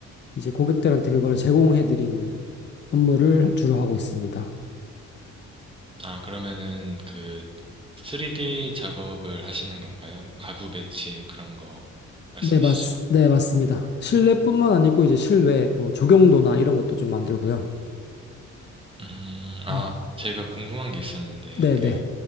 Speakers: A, on the left; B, on the right.
A: 이제 고객들한테 그걸 제공해 드리는 업무를 주로 하고 있습니다.
B: 아, 그러면은 그 3D 작업을 하시는 건가요? 가구 배치 그런 거 말씀이시죠?
A: 네, 맞, 네, 맞습니다. 실내뿐만 아니고 이제 실외 뭐 조경도나 이런 것도 좀 만들고요.
B: 음, 아,
A: 네.
B: 제가 궁금한 게 있었는데,
A: 네,
B: 그,
A: 네.